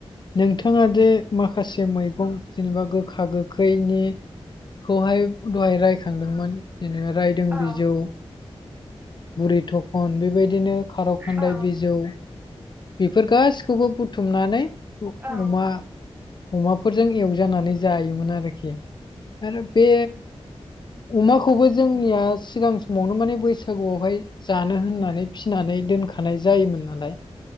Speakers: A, on the left; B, on the right.
A: नोंथाङा जे माखासे मैगं जेनेबा गोखा गोखैनिखौहाय दहाय रायखांदोंमोन। जेनेबाय बिजौ
B: औ
A: बुरि थखन बेबायदिनो खारौ खान्दाय
B: औ
A: बिजौ बेफोर गाैखौबो बुथुमनानै। अमा
B: औ
A: अमाफोरजों एवजानानै जायोमोन आरोखि आरो बे अमाखौबो जों जोंनिया सिगां समावनो माने बैसागुआवहाय जानो होननानै फिनानै दोनख थानाय जायोमोन नालाय